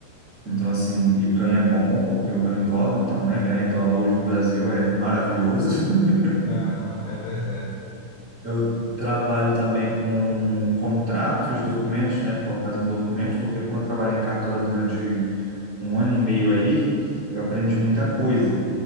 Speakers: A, on the left (about 75°); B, on the right (about 60°).
A: Uhum.
B: então, assim, e o ganho é bom, porque eu ganho em dólar, então, né? Ganhar em dólar hoje no Brasil é maravilhoso. <laughs>
A: Aham, é verdade.
B: Eu trabalho também com contratos, documentos, né? fa- Fazendo documentos, porque como eu trabalhei em cartório durante um ano e meio aí, eu aprendi muita coisa.